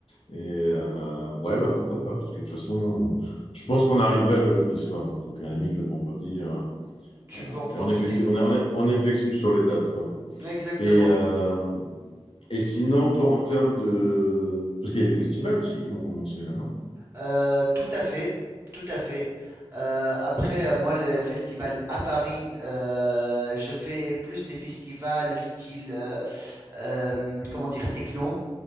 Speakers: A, on the left (about 65°); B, on the right (about 25°).
A: Et euh, ouais, bah pourquoi pas, parce que de toute façon, je pense qu'on arriverait le jeudi soir, donc à la limite le vendredi. euh,
B: tu
A: euh,
B: peux en profiter.
A: et on est flexible, on est, on est- on est flexible sur les dates, quoi.
B: Exactement.
A: Et, euh, et sinon, toi, en termes de... Parce qu'il y a des festivals aussi qui vont commencer là, non?
B: Euh, tout à fait, tout à fait. Euh, après, euh, moi, le festival à Paris, euh, je fais plus des festivals style, euh, euh, comment dire, techno.